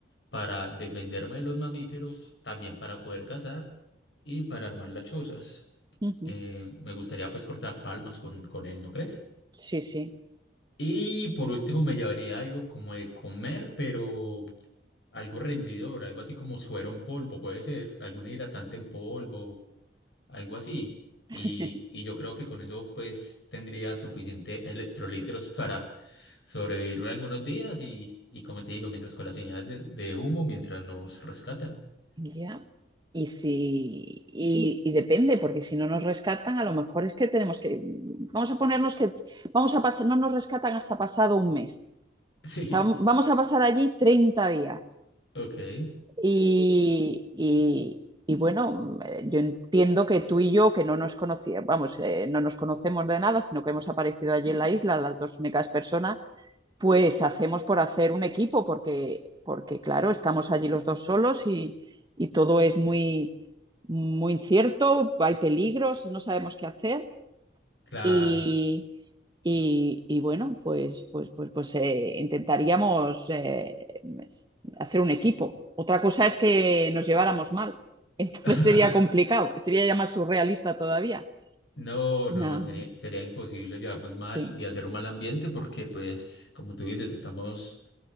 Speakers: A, on the left; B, on the right.
A: para defenderme de los mamíferos, también para poder cazar y para armar las chozas.
B: Ujú,
A: Eh, me gustaría pues cortar palmas con, con él, ¿no crees?
B: Sí, sí.
A: Y por último me llevaría algo como de comer, pero Algo rendidor, algo así como suero en polvo, puede ser, algún hidratante en polvo, algo así.
B: <laughs>
A: Y, y yo creo que con eso pues tendría suficiente <laughs> electrolitos para sobrevivir algunos días y, y como te digo, mientras con las señales de, de humo, mientras nos rescatan. <laughs>
B: Ya. Y si, y, y depende, porque si no nos rescatan, a lo mejor es que tenemos que, vamos a ponernos que, vamos a pasar, no nos rescatan hasta pasado un mes.
A: Sí,
B: O sea, vamos a pasar allí 30 días.
A: ok,
B: Y, y- y bueno, eh, yo entiendo que tú y yo, que no nos conocíamos, vamos, eh, no nos conocemos de nada, sino que hemos aparecido allí en la isla, las dos únicas personas, pues hacemos por hacer un equipo, porque, porque claro, estamos allí los dos solos y, y todo es muy, muy incierto, hay peligros, no sabemos qué hacer
A: claro.
B: y, y, y bueno, pues, pues, pues, pues eh, intentaríamos eh, hacer un equipo. Otra cosa es que nos lleváramos mal, <laughs> entonces
A: <laughs>
B: sería complicado, sería ya más surrealista todavía.
A: No,
B: No,
A: no, sería, sería imposible llevarnos
B: sí,
A: mal y hacer un mal ambiente porque pues, como tú dices, estamos